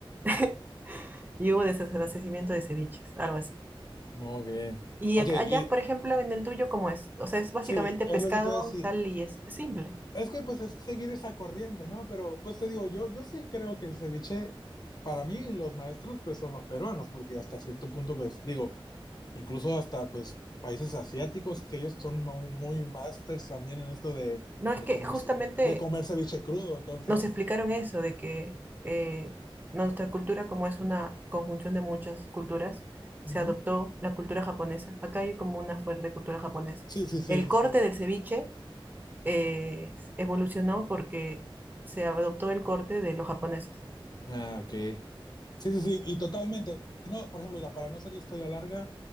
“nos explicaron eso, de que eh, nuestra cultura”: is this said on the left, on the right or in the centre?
Right